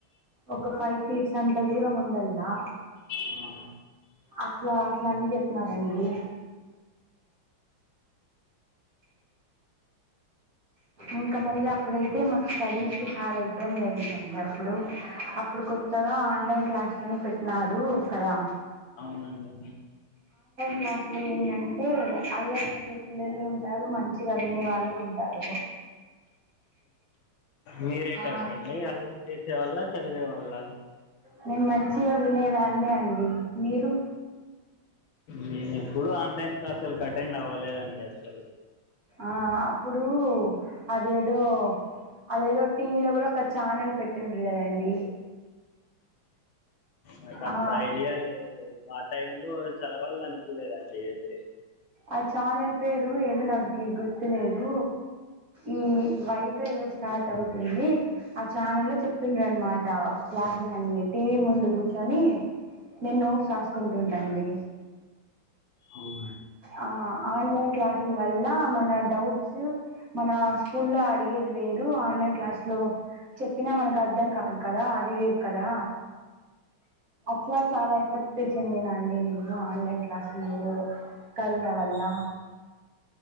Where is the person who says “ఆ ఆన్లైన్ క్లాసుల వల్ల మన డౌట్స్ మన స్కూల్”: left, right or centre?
Right